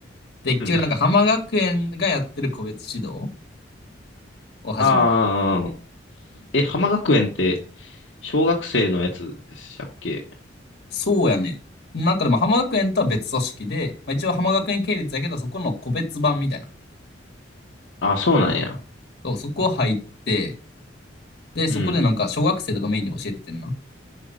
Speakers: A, on the left; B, on the left.
A: で、結局なんか浜学園がやってる個別指導
B: <laughs>
A: を始めて、
B: ああー、え、浜学園って、小学生のやつでしたっけ
A: そうやね。なんかでも浜学園とは別組織で、まあ、一応浜学園系列やけど、そこの個別版みたいな。
B: あ、そうなんや。
A: そう、そこ入って、で、そこでなんか小学生とかメインに教えててんな。
B: うん